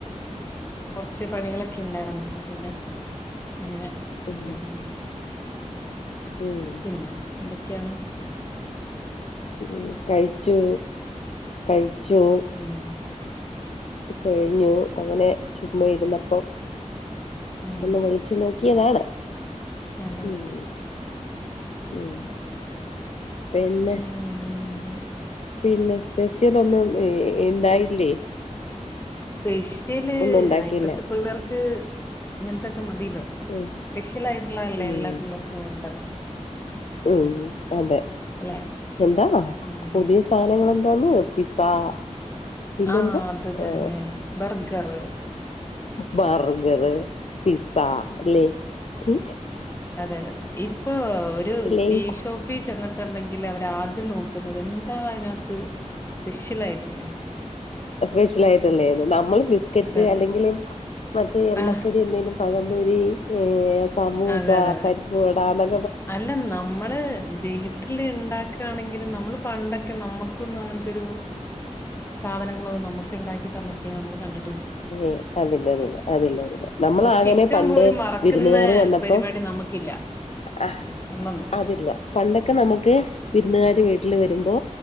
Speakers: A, on the left; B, on the left.
A: കൊറച്ച് പണികളൊക്കെ ഉണ്ടായിരുന്നു അപ്പൊ പിന്നെ അങ്ങനെ
B: ഉം
A: <unintelligible>
B: ഉം
A: പിന്നെ എന്തൊ ക്കയാണ
B: ഉം കഴിച്ചു കഴിച്ചു
A: ഉം
B: കഴിഞ്ഞു അങ്ങനെ ചുമ്മാ ഇരുന്നപ്പം
A: ഉം
B: ഒന്ന് വിളിച്ചു നോക്കി ക്കിയതാണ്
A: അതെ
B: ഉം
A: അതെ
B: ഉം പിന്നെ
A: പിന്നെ
B: പിന്നെ സ്പെഷ്യൽ ഒന്നും ഉണ്ടായില്ലേ
A: പേശ് ഏല്
B: ഒന്നും ഉണ്ടാക്കിയില്ല
A: ഇപ്പത്തുപിള്ളേർക്ക് ത് ഇങ്ങനത്തെ മതില്ലോ
B: ഉം
A: സ്പെഷ്യൽ ആയിട്ടുള്ളതല്ലേ
B: ഉം
A: എല്ലാ പിള്ളേർക്കും വേണ്ടത്
B: ഉം അതെ
A: അല്ലെ
B: എന്താ
A: ഉം
B: പുതിയ സാധനങ്ങള് എന്തോന്ന് പിസാ പിന്നെന്താ
A: ആ അത്
B: ഏ
A: തന്നെ ബർഗർ
B: ബർഗറ് പിസ്സ ല്ലേ കി
A: അതെതെ ഇപ്പൊ ഒരു
B: ലേയ്സ്
A: ഈഷോപ്പി ചെന്ന്ട്ട്ണ്ടെങ്കിൽ അവര് ആദ്യം നോ ന്നത് എന്താ അയ്നകത്ത് സ്പെഷ്യലായിട്ടില്ലേ
B: സ്പെഷ്യലായിട്ട്ള്ളേത് മ്മൾ ബിസ്ക്കറ്റ്
A: അതെ
B: അല്ലെങ്കില മറ്റേ എണ്ണക്കടി
A: ആ,
B: എന്തേങ്കിലും പഴം പൊരി ഏ അസ് സമൂസ
A: അതെ അതെ അതെ
B: പരിപ്പുവട അതൊ
A: അല്ല നമ്മള് വീട്ടില് ണ്ടാക്കണെങ്കിലും നമ്മള് പണ്ടൊ ക്ക് നമ്മുക്കൊന്നും അങ്ങൻത്തൊരു സാധനങ്ങളൊന്നും നമ്മുക്ക് ണ്ടാക്കി തന്നിട്ടില്ല നമ്മള് കണ്ട്
B: ഏ അതില്ല അതില്ല അതില്ലതില്ല നമ്മളാങ്ങനെ
A: ഒരു ചിക്കൻ
B: പണ്ട്
A: പോലും വറക്കുന്ന
B: വിരുന്നുകാര് വന്നപ്പോ
A: പരിപാടി നമുക്കില്ല
B: അ
A: ഒന്നൊന്നും
B: അതില്ല പണ്ടൊക്കെ നമുക്ക് വിർന്നുകാ വീട്ടിൽ വരുമ്പോ